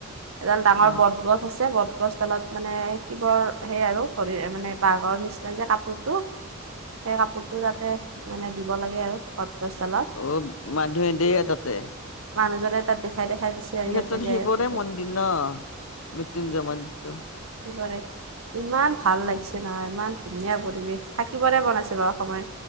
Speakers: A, on the right; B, on the left.
A: এডাল ডাঙৰ
B: অ
A: বট গছ আছে বটগছডালত মানে শিৱৰ সেই আৰু শৰীৰ মানে বাঘৰ নিচিনা যে কাপোৰটো
B: <inaudible>
A: সে কাপোৰতটো যাতে মানে দিব লাগে আৰ বট গছডালত
B: অ মানুহে দিয়ে তাতে
A: মানুহজনে তাত দেখাই দেখাই দিছে
B: সেই
A: আৰু ইয়াতে
B: ক্ষেত্ৰত
A: দিয়া
B: শিৱৰে
A: ইয়াতে দিয়া
B: মন্দিৰ ন মৃত্যুঞ্জয় মন্দিৰটো
A: কিহৰে ইমান ভাল লাগিছে নহয় ইমান ধুনীয়া পৰিৱেশ থাকিবৰে মন আছে বাও সময়